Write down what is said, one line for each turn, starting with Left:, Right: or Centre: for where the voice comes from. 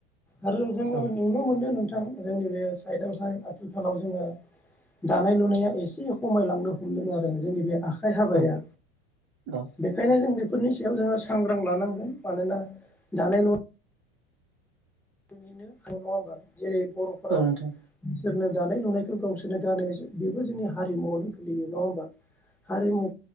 Centre: आरो जोङो
Right: औ
Centre: नुनो मोनदों नोंथ जोंनि बे साइडआवहाय आ आथिखालाव जोङो दानाय लुनाया एसे खमायलांनो हमदों आरो जोंनि बे आ हाबाया
Right: औ औ
Centre: बेखायनो जों बे फोरनि सायाव जोङो सांग्रां लानांगोन मानोना जानाय ल निनो ह नङा जेरै बर'फोरा
Right: औ नोंथां
Centre: बिसोरनो दानाय लुनायखौ गावसोरनो गानो बेबो जोंनि हारिमुवावनो गोलैयो नङा होमबा हारिमु